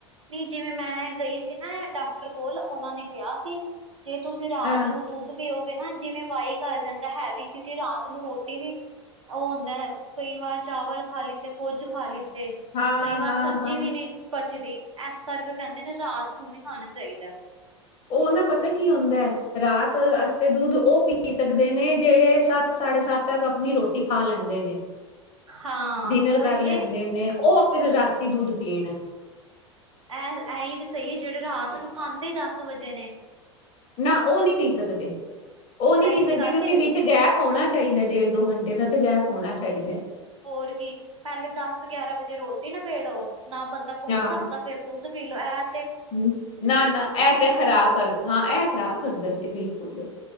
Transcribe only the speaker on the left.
ਹਾਂ
ਹਾਂ
ਹਾਂ
ਹਾਂ
ਉਹ ਨਾ ਪਤਾ ਕੀ ਹੁੰਦਾ ਐ, ਰਾਤ ਆਸ ਤੇ ਦੁੱਧ ਉਹ ਪੀ ਸਕਦੇ ਨੇ ਜਿਹੜੇ ਸੱਤ-ਸਾਢੇ ਸੱਤ ਤੱਕ ਆਪਣੀ ਰੋਟੀ ਖਾ ਲੈਂਦੇ ਨੇ
ਡਿਨਰ
ਕਰ ਲੈਂਦੇ
ਨੇ ਉਹ ਫਿਰ ਰਾਤੀ ਦੁੱਧ ਪੀਣ।
ਨਾ ਉਹ ਨੀ ਪੀ ਸਕਦੇ, ਉਹ ਨੀ
ਪੀ ਸਕਦੇ
ਕਿਉਂਕਿ
ਵਿੱਚ ਗੈਪ ਆਉਣਾ ਚਾਈਦਾ ਡੇਢ-ਦੋ ਘੰਟੇ ਦਾ ਤੇ ਗੈਪ ਹੋਣਾ ਚਾਈਦਾ।
ਹਾਂ
ਹਮ ਨਾ- ਨਾ ਐ ਤੇ ਖ਼ਰਾਬ ਕਰ ਹਾਂ ਐ ਖ਼ਰਾਬ ਕਰਦਾ ਜੇ ਬਿਲਕੁਲ,